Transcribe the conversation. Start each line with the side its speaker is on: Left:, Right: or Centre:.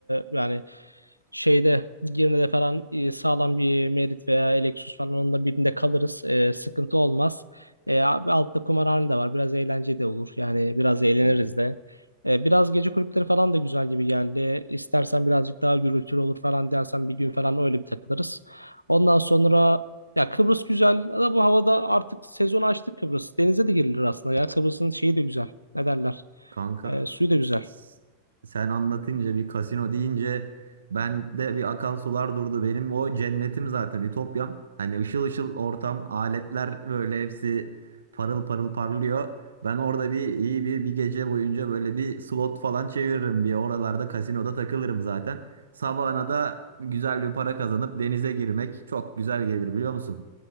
Left: yani şeyde Girne'de falan e, sağlam bir Merit veya Lexus falan onun da birinde kalırız. E, sıkıntı olmaz. E, abi altta kumarhane de var. Biraz eğlence de olur. Yani biraz eğleniriz
Right: Of
Left: de. E, biraz gece kulüpleri falan da güzel gibi geldi. İstersen birazcık daha gürültülü olur falan dersen bir gün falan öyle bir takılırız. Ondan sonra ya Kıbrıs güzel ama bu havada artık sezon açtı Kıbrıs. Denize de girilir aslında ya. Kıbrıs'ın şeyi de güzel. Ne derler?
Right: Kanka
Left: Ee, suyu da güzel.
Right: s- s- sen anlatınca bir kasino deyince ben de bir akan sular durdu. Benim o cennetim zaten ütopyam. Hani ışıl ışıl ortam, aletler böyle hepsi parıl parıl parlıyor. Ben orada bir iyi bir bir gece boyunca böyle bir slot falan çeviririm bir oralarda kasinoda takılırım zaten. Sabahına da güzel bir para kazanıp denize girmek çok güzel gelir biliyor musun?